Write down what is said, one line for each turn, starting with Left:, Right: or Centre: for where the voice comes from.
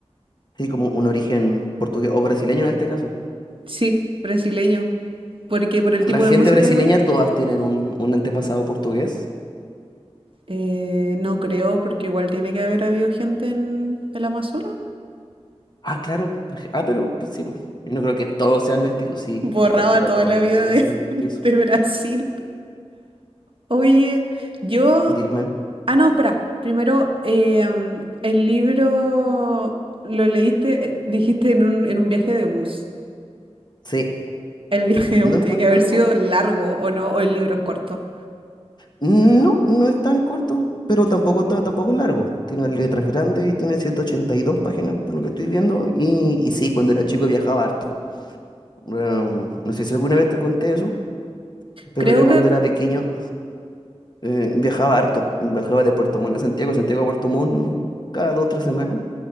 Left: Sí, como un origen portugués o brasileño en este caso.
Right: Sí, brasileño, porque por el
Left: La
Right: tipo
Left: gente
Right: de música
Left: brasileña
Right: igual.
Left: todas tienen un, un antepasado portugués.
Right: Eh, no creo, porque igual tiene que haber habido gente en el Amazonas.
Left: Ah, claro. la ge- Ah, pero pues, sí, pues. Yo no creo que todos sean mestizos. Sí,
Right: Borraba
Left: a esta altura
Right: toda
Left: todos
Right: la
Left: deberían
Right: vida de,
Left: ser mestizos.
Right: <laughs> de Brasil. Oye, yo...
Left: Dígame.
Right: Ah, no, espera. Primero, em, el libro lo leíste, eh, dijiste en un, en un viaje de bus.
Left: Sí,
Right: El viaje
Left: no
Right: <laughs>
Left: es
Right: tiene
Left: muy
Right: que haber
Left: largo.
Right: sido largo o no, o el libro es corto.
Left: No, no es tan corto, pero tampoco, ta- tampoco es largo. Tiene letras grandes y tiene 182 páginas, por lo que estoy viendo. Y, y sí, cuando era chico viajaba harto. Bueno, no sé si alguna vez te conté eso, pero
Right: Creo
Left: yo
Right: que,
Left: cuando era pequeño eh, viajaba harto. Viajaba de Puerto Montt a Santiago, Santiago a Puerto Montt cada dos o tres semanas.